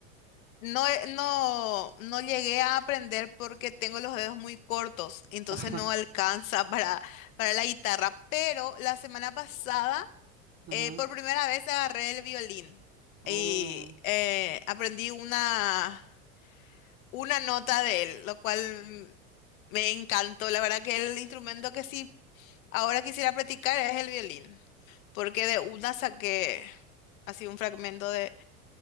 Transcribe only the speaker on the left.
No, eh, no, no llegué a aprender porque tengo los dedos muy cortos, entonces
no alcanza para, para la guitarra, pero la semana pasada...
Eh, por primera vez agarré el violín
y eh, aprendí una, una nota de él, lo cual mm, me encantó. La verdad que el instrumento que sí ahora quisiera practicar es el violín, porque de una saqué así un fragmento de